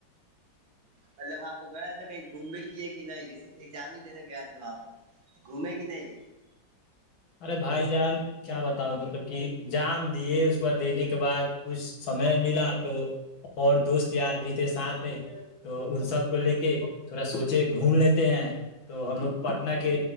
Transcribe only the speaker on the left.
ارے بھائی جان کیا بتاؤ مطلب کہ ایگزام دیے اس کو دینے کے بعد کچھ سمئے ملا تو اور دوست یار بھی تھے ساتھ میں تو ان سب کو لے کے تھوڑا سوچے گھوم لیتے ہیں تو ہم لوگ پٹنہ کے